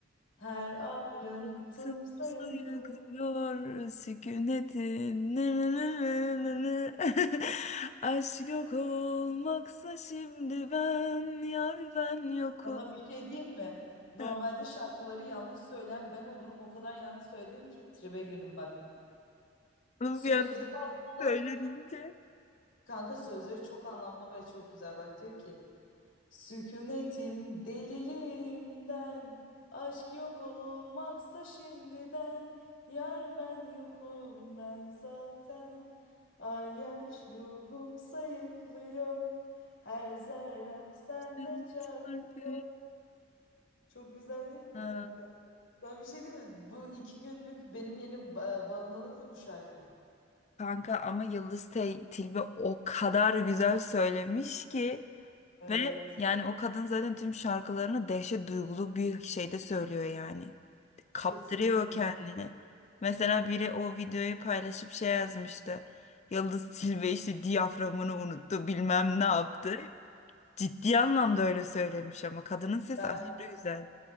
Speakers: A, on the left; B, on the left.
A: Her ayrıntım
B: Rıhtım
A: sayıklıyor.
B: sayıklıyor sükunetin. nı nı nı nı nı nı. <laughs> Aşk yok olmaksa şimdi ben yar ben yokum.
A: Bana bir şey diyeyim mi? Normalde
B: <laughs>
A: şarkıları yanlış söyleyen ben olurum. O kadar yanlış söyledin ki tribe girdim bak.
B: Bunu
A: Sözleri
B: Bir anda
A: aslında
B: söyleyince.
A: kanka sözleri çok anlamlı ve çok güzel. Bak diyor ki Sükunetim deliliğimden, aşk yok olmaksa şimdiden, yar ben yokum ben zaten, ay yaş ruhum sayıklıyor, her zerrem sende
B: Üç
A: çarpıyor.
B: harfi.
A: Çok güzel değil mi
B: Ha,
A: kanka? Sana bir şey diyeyim mi? Bu iki günlük benim yeni ba- bağımlılık da bu şarkı.
B: Kanka ama Yıldız Te- Tilbe o kadar güzel söylemiş ki
A: Evet,
B: ve yani o kadın zaten tüm şarkılarını dehşet duygulu bir şeyde söylüyor yani. Kaptırıyor
A: kesinlikle.
B: kendini. Mesela biri o videoyu paylaşıp şey yazmıştı. Yıldız Tilbe işte diyaframını unuttu bilmem ne yaptı. Ciddi anlamda öyle söylemiş ama kadının sesi
A: Ben
B: aşırı güzel.